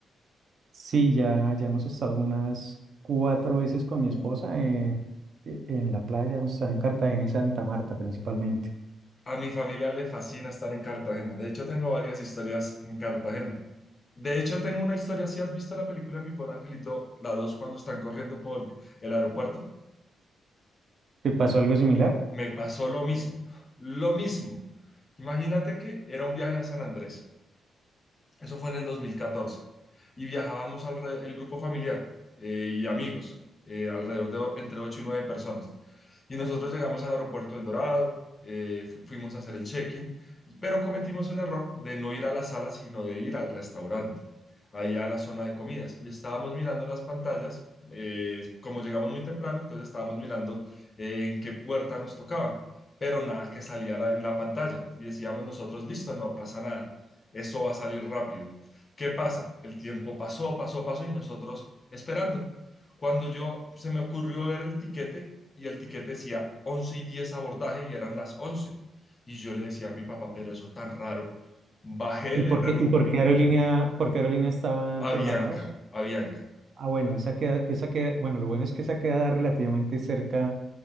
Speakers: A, on the right; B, on the left.
A: Sí, ya, ya hemos estado unas cuatro veces con mi
B: Uh,
A: esposa en, e- en la playa, hemos estado en Cartagena y Santa Marta principalmente.
B: a mi familia le fascina estar en Cartagena. De hecho, tengo varias historias en Cartagena. De hecho, tengo una historia, si has visto la película Mi Pobre Angelito, la 2, cuando están corriendo por el aeropuerto,
A: ¿Te pasó algo similar?
B: me pasó lo mismo, lo mismo. Imagínate que era un viaje a San Andrés. Eso fue en el dos mil catorce Y viajábamos al el grupo familiar eh, y amigos, eh, alrededor de o- entre 8 y 9 personas. Y nosotros llegamos al aeropuerto El Dorado, eh, fu- fuimos a hacer el check-in, pero cometimos el error de no ir a la sala, sino de ir al restaurante, ahí a la zona de comidas. Y estábamos mirando las pantallas, eh, como llegamos muy temprano, entonces estábamos mirando eh, en qué puerta nos tocaba, pero nada que salía la- en la pantalla. Y decíamos nosotros, listo, no pasa nada, eso va a salir rápido. ¿Qué pasa? El tiempo pasó, pasó, pasó y nosotros esperando. Cuando yo se me ocurrió ver el tiquete y el tiquete decía 11 y 10 abordaje y eran las once Y yo le decía a mi papá, pero eso es tan raro. Bajé,
A: ¿Y
B: le
A: por
B: pregunté
A: qué, y por qué aerolínea, por qué aerolínea estaban
B: a
A: programados?
B: Bianca, a Bianca,
A: Ah, bueno, esa queda, esa queda, bueno, lo bueno es que esa queda relativamente cerca